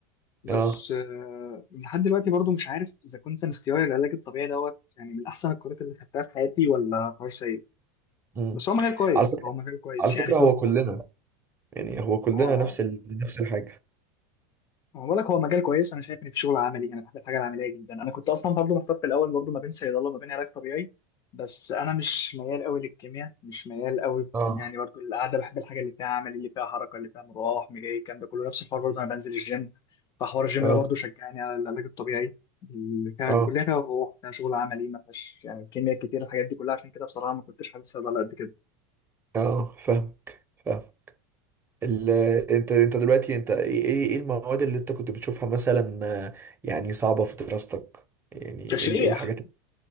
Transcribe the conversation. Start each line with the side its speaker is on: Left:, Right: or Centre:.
Left: بس
Right: اه
Left: آه، لحد دلوقتي برضه مش عارف اذا كنت انا اختياري العلاج الطبيعي دوت يعني من احسن القرارات اللي خدتها في حياتي ولا قرار سيء
Right: مم.
Left: بس هو مجال كويس
Right: على فكرة
Left: هو مجال كويس
Right: على فكرة
Left: يعني في
Right: هو
Left: الروح
Right: كلنا يعني هو كلنا
Left: هو
Right: نفس ال... نفس الحاجة
Left: هو بقول لك هو مجال كويس انا شايف ان في شغل عملي انا بحب الحاجه العمليه جدا انا كنت اصلا برضه محتار في الاول برضه ما بين صيدله وما بين علاج طبيعي بس انا مش ميال قوي للكيمياء مش ميال قوي
Right: اه
Left: يعني برضه القعده بحب الحاجه اللي فيها عمل اللي فيها حركه اللي فيها مروح مجاي الكلام ده كله نفس الحوار برضه انا بنزل الجيم فحوار الجيم
Right: اه
Left: ده برضه شجعني على العلاج الطبيعي اللي فيها
Right: اه
Left: كلها فيها روح فيها شغل عملي ما فيهاش يعني كيمياء كتير الحاجات دي كلها عشان كده بصراحه ما كنتش حابب صيدله قد كده
Right: اه فاهمك فاهم ال... انت انت دلوقتي انت ايه ايه إيه المواد اللي انت كنت بتشوفها مثلا آه، يعني صعبة في دراستك يعني ايه
Left: تشريح
Right: ال- إيه الحاجات